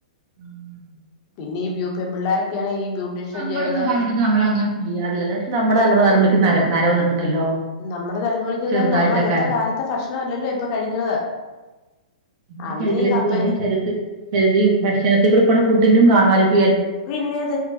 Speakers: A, on the right; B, on the left.
A: ഉം.
B: പിന്നെ ഈ വ്യൂക്കെൻ പിള്ളാരൊക്കെയാണ് ഈ ബ്യൂട്ടീഷ്യൻ
A: നമ്മുടെന്നും
B: ചെയ്യണത്
A: കാലഘട്ടത്തി നമ്മൾ അങ്ങനെ ചെയ്യാറില്ലല്ലോ പക്ഷേ നമ്മുടെ അല തലമുടിക്ക് നര വന്നിട്ടുണ്ടല്ലോ.
B: നമ്മുടെ നല്ലമൊടിക്കെന്ന്
A: ചെറുതായിട്ടൊക്കെ
B: നമ്മൾ അന്നത്തെ കാലത്തെ ഭക്ഷണല്ലല്ലോ ഇപ്പോ കഴിക്കുന്നത്.
A: രിക്ക
B: അന്ന് ഈ കപ്പ
A: നമ്മ ശരീര ഭക്ഷണത്തിൽ കൂടെ പോണ ഫുഡിനും കാണാമായിരിക്കും.
B: പിന്നെ ത്